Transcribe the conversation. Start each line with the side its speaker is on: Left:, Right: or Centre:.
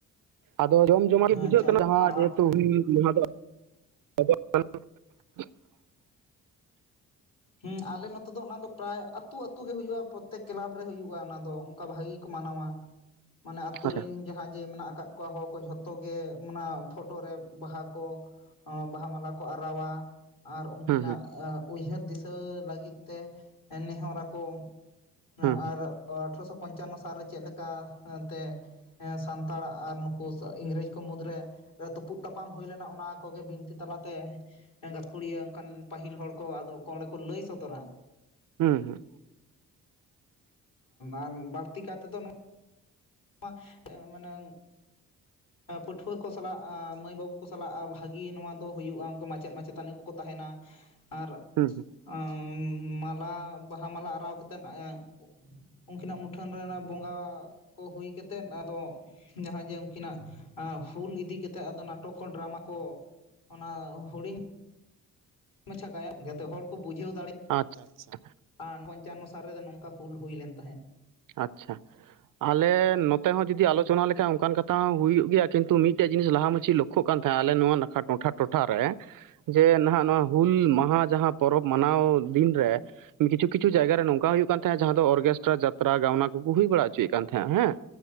Right: ᱟᱫᱚ ᱡᱚᱢ ᱡᱚᱢᱟᱜ ᱜᱮ
Left: ᱟᱪᱪᱷᱟ
Right: ᱵᱩᱡᱷᱟᱹᱜ ᱠᱟᱱᱟ
Left: ᱟᱫᱚ
Right: ᱡᱟᱦᱟᱸ
Left: ᱟ
Right: ᱡᱮ ᱦᱮᱛᱩ ᱦᱩᱞ ᱢᱟᱦᱟᱸ ᱫᱚ <unintelligible>
Left: ᱦᱩ ᱟᱞᱮ ᱱᱚᱛᱮ ᱫᱚ ᱚᱱᱟ ᱫᱚ ᱯᱮᱨᱟᱭ ᱟᱹᱛᱩ ᱟᱹᱛᱩ ᱜᱮ ᱦᱩᱭᱩᱜᱼᱟ ᱯᱨᱚᱛᱮᱠ ᱠᱮᱞᱟᱵᱽ ᱨᱮ ᱦᱩᱭᱩᱜᱼᱟ ᱚᱱᱟ ᱫᱚ ᱚᱱᱠᱟ ᱵᱷᱟᱜᱤ ᱜᱮ ᱠᱚ ᱢᱟᱱᱟᱣᱟ ᱢᱟᱱᱮ ᱟᱹᱛᱩ
Right: ᱟᱪᱪᱷᱟ
Left: ᱨᱮᱱ ᱡᱟᱦᱟᱸᱭ ᱡᱮ ᱢᱮᱱᱟᱜ ᱟᱠᱟᱫ ᱠᱚ ᱠᱚᱣᱟ ᱦᱚᱲ ᱠᱚ ᱡᱷᱚᱛᱚ ᱜᱮ ᱚᱱᱟ ᱯᱷᱳᱴᱳ ᱨᱮ ᱵᱟᱦᱟ ᱠᱚ ᱦᱚᱸ ᱵᱟᱦᱟ ᱢᱟᱞᱟ ᱠᱚ ᱟᱨᱟᱣᱟ ᱟᱨ ᱩᱱᱠᱤ
Right: ᱦᱩᱸ
Left: ᱱᱟᱜ
Right: ᱦᱩᱸ
Left: ᱩᱭᱦᱟᱹᱨ ᱫᱤᱥᱟᱹ ᱞᱟᱹᱜᱤᱫ ᱛᱮ ᱱᱮᱦᱚᱨ ᱟᱠᱚ ᱟᱨ
Right: ᱦᱩᱸ ᱦᱩᱸ
Left: ᱟᱴᱷᱨᱚᱥᱚ ᱯᱚᱧᱪᱟᱱᱚ ᱥᱟᱞ ᱨᱮ ᱪᱮᱫ ᱞᱮᱠᱟ ᱛᱮ ᱥᱟᱱᱛᱟᱲ ᱟᱨ ᱱᱩᱠᱩ ᱤᱝᱜᱨᱮᱡᱽ ᱠᱚ ᱢᱩᱫᱽ ᱨᱮ ᱛᱩᱯᱩᱜ ᱛᱟᱯᱟᱢ ᱦᱩᱭ ᱞᱮᱱᱟ ᱚᱱᱟ ᱠᱚ ᱜᱮ ᱵᱤᱱᱛᱤ ᱛᱟᱞᱟ ᱛᱮ ᱜᱟᱹᱠᱷᱩ ᱲᱤᱭᱟᱹ ᱚᱱᱠᱟᱱ ᱯᱟᱹᱦᱤᱞ ᱦᱚᱲ ᱠᱚ ᱟᱫᱚᱜ ᱚᱸᱰᱮ ᱠᱚ ᱞᱟᱹᱭ ᱥᱚᱫᱚᱨᱟ
Right: ᱦᱩᱸ ᱦᱩᱸ
Left: ᱟᱨ ᱵᱟᱹᱲᱛᱤ ᱠᱟᱭ ᱛᱮ ᱫᱚ ᱣᱟ ᱮ ᱢᱟᱱᱮ ᱯᱟᱹᱴᱷᱩᱣᱟᱹ ᱠᱚ ᱥᱟᱞᱟᱜ ᱢᱟᱹᱭ ᱵᱟᱹᱵᱩ ᱠᱚ ᱥᱟᱞᱟᱜ ᱵᱷᱟᱹᱜᱤ ᱱᱚᱣᱟ ᱫᱚ ᱦᱩᱭᱩᱜᱼᱟ᱾ ᱩᱱᱠᱩ ᱢᱟᱪᱮᱫ ᱢᱟᱪᱮ ᱛᱟᱹᱱᱤ ᱠᱚ ᱠᱚ ᱛᱟᱦᱮᱱ ᱟ ᱟᱨ
Right: ᱦᱩᱸ ᱦᱩᱸ
Left: ᱟᱸᱢ ᱢᱟᱞᱟ ᱵᱟᱦᱟ ᱢᱟᱞᱟ ᱟᱨᱟᱣ ᱠᱟᱛᱮᱫ ᱮᱸ ᱼᱼ ᱩᱱᱠᱤᱱᱟᱜ ᱢᱩᱴᱷᱟᱹᱱ ᱨᱮ ᱚᱱᱟ ᱵᱚᱸᱜᱟ ᱠᱚ ᱦᱩᱭ ᱠᱟᱛᱮᱫ, ᱟᱫᱚᱼᱼ ᱡᱟᱦᱟᱸ ᱡᱮ ᱩᱱᱠᱤᱱᱟᱜ ᱦᱩᱞ ᱤᱫᱤ ᱠᱟᱛᱮᱫ ᱟᱫᱚ ᱱᱟᱴᱚᱠᱚ, ᱰᱨᱟᱢᱟ ᱠᱚᱼᱼ ᱚᱱᱟ ᱦᱩᱰᱤᱧᱼᱼ ᱢᱟᱪᱷᱟ ᱜᱟᱭᱟᱱ ᱡᱟᱛᱮ ᱦᱚᱲ ᱠᱚ ᱵᱩᱡᱷᱟᱹᱣ ᱫᱟᱲᱮᱭᱟᱜᱼᱼ
Right: ᱟᱪᱪᱷᱟ ᱟᱪᱪᱷᱟ
Left: ᱟᱨ ᱯᱚᱧᱪᱟᱱᱱᱚ ᱥᱟᱞ ᱨᱮᱫᱚ ᱱᱚᱝᱠᱟ ᱦᱩᱞ ᱦᱩᱭ ᱞᱮᱱ ᱛᱟᱦᱮᱸᱫ᱾
Right: ᱟᱪᱪᱷᱟ ᱟᱞᱮ ᱱᱚᱛᱮ ᱦᱚᱸ ᱡᱩᱫᱤ ᱟᱞᱚᱪᱱᱟ ᱞᱮᱠᱷᱟ ᱚᱱᱠᱟᱱ ᱠᱟᱛᱷᱟ ᱦᱚᱸ ᱦᱩᱭᱩᱜ ᱜᱮᱭᱟ ᱠᱤᱱᱛᱩ ᱢᱤᱫᱴᱮᱡ ᱡᱤᱱᱤᱥ ᱞᱟᱦᱟ ᱢᱟᱪᱷᱤ ᱚᱠᱼᱼ ᱠᱷᱳᱜ ᱠᱟᱱ ᱛᱟᱦᱮᱸᱜ-ᱟ ᱟᱞᱮ ᱱᱚᱣᱟ ᱱᱟᱠᱷᱟ ᱴᱚᱴᱷᱟ ᱴᱚᱴᱷᱟ ᱨᱮ᱾ ᱡᱮ ᱱᱷᱟᱜ ᱱᱚᱣᱟ ᱦᱩᱞ ᱢᱟᱦᱟ ᱡᱟᱦᱟᱸ ᱯᱚᱨᱚᱵᱽ ᱢᱟᱱᱟᱣ ᱫᱤᱱ ᱨᱮᱼᱼ ᱠᱤᱪᱷᱩ ᱠᱤᱪᱷᱩ ᱡᱟᱭᱜᱟᱨᱮ ᱱᱚᱝᱠᱟ ᱦᱩᱭᱩᱜ ᱠᱟᱱ ᱛᱟᱦᱮᱸᱜ-ᱟ ᱡᱟᱦᱟᱸ ᱫᱚ ᱚᱨᱠᱮᱥᱴᱨᱟ ᱡᱟᱛᱨᱟ ᱜᱟᱣᱱᱟ ᱠᱚ ᱠᱩ ᱦᱩᱭ ᱵᱟᱲᱟ ᱦᱚᱪᱚᱭᱮᱫ ᱠᱟᱱ ᱛᱟᱸᱦᱮᱜ-ᱟ᱾ ᱦᱮᱸ,